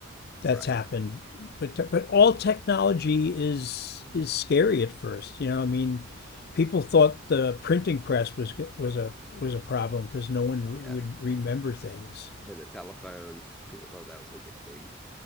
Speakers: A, on the left; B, in the centre.
A: that's
B: right.
A: happened. But te- but all technology is is scary at first. You know, I mean, people thought the printing press was was a was a problem because no one re-
B: Yeah.
A: would remember things.
B: And the telephone, people thought that was going to be a big